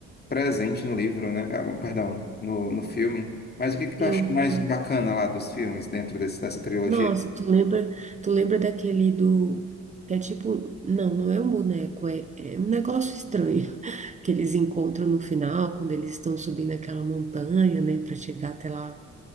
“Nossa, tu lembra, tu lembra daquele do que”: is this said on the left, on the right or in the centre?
Right